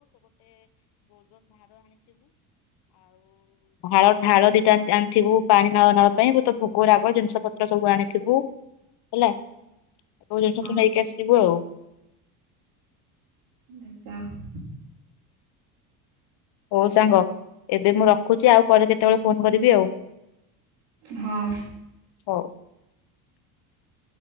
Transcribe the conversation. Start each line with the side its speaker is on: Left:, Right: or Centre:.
Left: ଆଉ ଢାଳ ଦିଟା ଆଣିଥିବୁ ପାଣି ନ ନବା ପାଇଁ ବହୁତ ଭୋଗ ରାଗ ଜିନିଷ ପତ୍ର ସବୁ ଆଣିଥିବୁ ହେଲା। ମୋ ଜିନିଷ
Right: ହଁ
Left: ତୁ ନେଇକି ଆସିଥିବୁ ଆଉ।
Right: ଆଛା <inaudible>
Left: ହଉ ସାଙ୍ଗ ଏବେ ମୁଁ ରଖୁଛି। ଆଉ ପରେ କେତେବେଳେ ଫୋନ କରିବି ଆଉ। <inaudible>
Right: ହଁ।
Left: ହଉ। <inaudible>